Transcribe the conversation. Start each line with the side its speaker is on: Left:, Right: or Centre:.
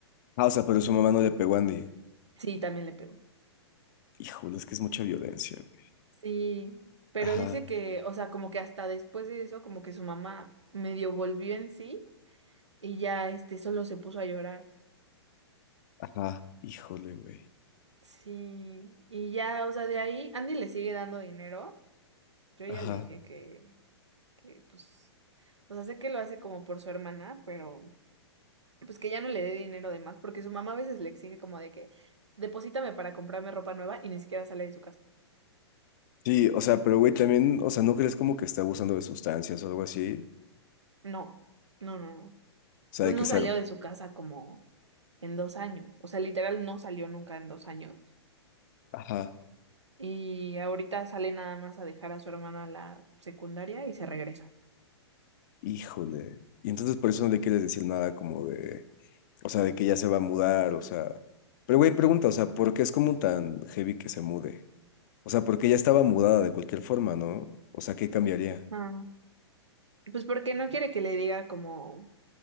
Left: Ah, o sea, pero su mamá no le pegó a Andy.
Right: Sí, también le pegó.
Left: Híjole, es que es mucha violencia, güey.
Right: Sí, pero
Left: Ajá,
Right: dice que, o sea, como que hasta después de eso, como que su mamá medio volvió en sí y ya este solo se puso a llorar.
Left: ajá. Híjole, güey.
Right: Sí, y ya, o sea, de ahí Andy le sigue dando dinero. Yo ya
Left: Ajá.
Right: le dije que que pues, o sea, sé que lo hace como por su hermana, pero pues que ya no le dé dinero de más, porque su mamá a veces le exige como de que deposítame para comprarme ropa nueva y ni siquiera sale de su casa.
Left: Sí, o sea, pero güey, también, o sea, ¿no crees como que está abusando de sustancias o algo así?
Right: No, no, no, no.
Left: O sea,
Right: Pues
Left: de
Right: no
Left: que cero.
Right: salió de su casa como en dos años, o sea, literal no salió nunca en dos años
Left: Ajá.
Right: y ahorita sale nada más a dejar a su hermana a la secundaria y se regresa.
Left: Híjole. Y entonces por eso no le quieres decir nada como de, o sea, de que ya se va a mudar, o sea. Pero güey, pregunta,
Right: Sí.
Left: o sea, ¿por qué es como tan heavy que se mude? O sea, porque ella estaba mudada de cualquier forma, ¿no? O sea, ¿qué cambiaría?
Right: Ah, Pues porque no quiere que le diga como...